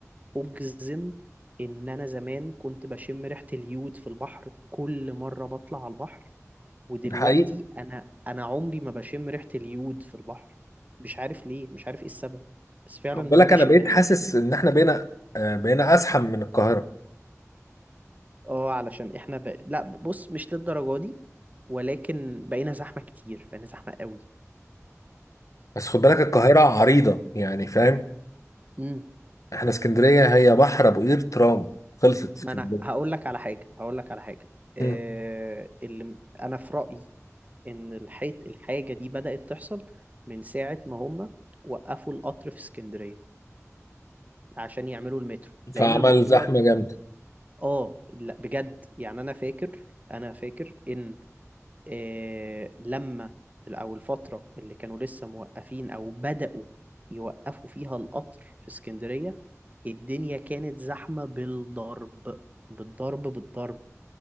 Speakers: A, on the right; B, on the left.
A: اجزم ان انا زمان كنت بشم ريحة اليود في البحر كل مرة بطلع على البحر ودلوقتي
B: ده حقيقي
A: انا انا عمري ما بشم ريحة اليود في البحر مش عارف ليه مش عارف ايه السبب بس فعلا
B: خد
A: ما
B: بالك
A: بشمهاش
B: انا بقيت حاسس ان احنا بقينا آه، بقينا ازحم من القاهره
A: اه علشان احنا ب... لا بص مش للدرجة دي ولكن بقينا زحمة كتير بقينا زحمة قوي
B: بس خد بالك القاهره عريضه يعني فاهم
A: امم
B: احنا اسكندريه هي بحر ابو قير ترام خلصت اسكندريه
A: ما انا هقول لك على حاجة هقول لك على حاجة آه...
B: مم.
A: اللي انا في رأيي ان الحيط الحاجة دي بدأت تحصل من ساعة ما هم وقفوا القطر في اسكندرية عشان يعملوا المترو
B: فعمل
A: لان الموضوع
B: زحمه جامده
A: اه لا بجد يعني انا فاكر انا فاكر ان آه، لما او الفتره اللي كانوا لسه موقفين او بداوا يوقفوا فيها القطر في اسكندريه الدنيا كانت زحمه بالضرب بالضرب بالضرب